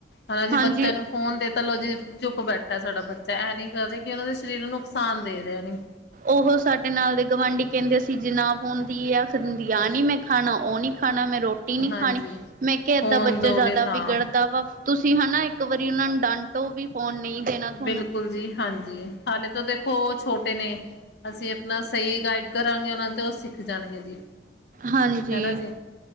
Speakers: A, on the left; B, on the right.
A: ਹਨਾ ਜੀ
B: ਹਾਂਜੀ
A: ਬੱਚਿਆਂ ਨੂੰ ਫੋਨ ਦੇ ਤਾਂ ਲੋਓ ਜੀ। ਚੁੱਪ ਬੈਠਾ ਸਾਡਾ ਬੱਚਾ ਇਹ ਨੀ ਕਰਦਾ ਕਿ ਉਹਨਾਂ ਦੇ ਸਰੀਰ ਨੂੰ ਨੁਕਸਾਨ ਦੇ ਰਿਹਾ ਨੇ
B: ਉਹ ਸਾਡੇ ਨਾਲ ਦੇ ਗਵਾਂਢੀ ਕਹਿੰਦੇ ਚੀਜ਼ ਨਾ ਪਾਉਂਦੀ ਆ ਖਦੀ ਆ ਨੀ ਮੈਂ ਖਾਣਾ ਉਹ ਨਹੀਂ ਖਾਣਾ ਮੈਂ ਰੋਟੀ ਨਹੀਂ
A: ਹਾਂਜੀ
B: ਖਾਣੀ ਮੈਂ ਕਿਹਾ ਏਦਾਂ
A: ਫੋਨ
B: ਬੱਚਾ
A: ਦੋਗੇ
B: ਜ਼ਿਆਦਾ
A: ਤਾਂ
B: ਵਿਗੜਦਾ ਵਾ ਤੁਸੀਂ ਹਨਾ। ਇੱਕ ਵਾਰੀ ਉਹਨਾਂ ਨੂੰ ਡੰਟੋ ਵੀ ਫੋਨ ਨਹੀਂ ਦੇਣਾ ਤੁਹਾਨੂੰ
A: ਬਿਲਕੁਲ ਜੀ ਹਾਂਜੀ ਹਾਲੇ ਤੋਂ ਦੇਖੋ ਛੋਟ ਨੇ ਅਸੀਂ ਆਪਣਾ ਸਹੀ ਗਾਈਡ ਕਰਾਂਗੇ ਉਹਨਾਂ ਤੇ ਉਹ ਸਿੱਖ ਜਾਣਗੇ ਜੀ
B: ਹਾਂਜੀ-
A: ਹਨਾ ਜੀ